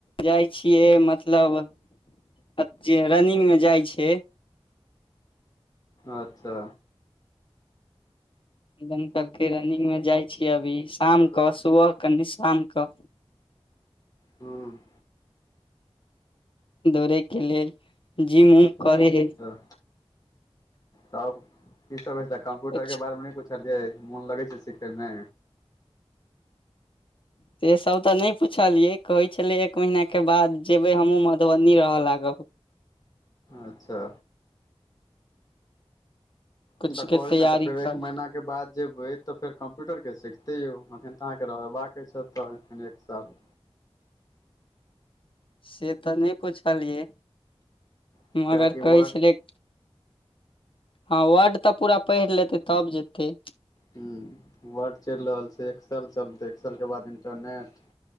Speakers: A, on the left (about 55°); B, on the left (about 35°).
A: जाइ छियै मतलब <inaudible> रनिंग मे जाइ छै
B: अच्छा
A: एदम कहलकै रनिंग में जाइ छियै अभी शाम
B: सरोज
A: कऽ सुबह कनि शाम कऽ
B: ह
A: दौड़े के लेलऽ जिम उम करे
B: अच्छा
A: है
B: तब कि सभ हो कम्प्यूटर
A: कुछ
B: के बारे मे कुछ सलियै मोन लगै छै सिखै मे।
A: से सभ तऽ नहि पुछलियै कहै छलै एक महीना के बाद जेबे हमहूँ मधुबनी रह लाग
B: अच्छा।
A: कुछ
B: ई तऽ
A: के
B: करी
A: तैयारी
B: ने तऽ फेर एक
A: कर
B: महिना हिके बाद जेबै तऽ फेर कम्प्यूटरके सिखतै यौ अखन तऽ अहाँकेँ रहबाके छै तऽ एखन एक साल
A: से तऽ नहि पुछलियै
B: कियाकि
A: मगर कहे
B: वर्ड
A: छलै ह वर्ड तऽ पूरा पढ़ि लेतै तब जेतै
B: ह वर्ड चलि रहल छै एक्साल चलतै एक्सालके बाद इन्टरनेट